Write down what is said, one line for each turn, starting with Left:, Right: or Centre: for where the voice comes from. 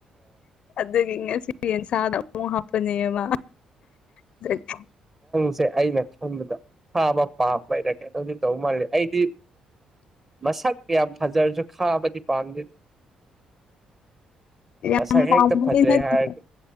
Left: ꯑꯗꯨꯗꯒꯤ ꯉꯁꯤ ꯌꯦꯟꯁꯥꯗ ꯑꯃꯨꯛ ꯍꯥꯞꯄꯅꯦꯕ ꯑꯗꯨ <inaudible>
Right: ꯁꯦ ꯑꯩꯅ ꯈꯟꯕꯗ ꯊꯥꯕ ꯄꯥꯝꯕ ꯏꯔꯀꯩꯅꯣꯗꯤ ꯇꯧꯕ ꯃꯥꯜꯂꯤ ꯑꯩꯗꯤ ꯃꯁꯛ ꯀꯌꯥꯝ ꯐꯖꯔꯁꯨ ꯈꯥꯕꯗꯤ ꯄꯥꯝꯗꯦꯗ
Left: <unintelligible> ꯌꯥꯝ
Right: ꯃꯁꯛ
Left: ꯄꯥꯝꯕꯗꯤ
Right: ꯍꯦꯛꯇ ꯐꯖꯩ
Left: ꯅꯠꯇꯦ
Right: ꯍꯥꯏꯔꯒ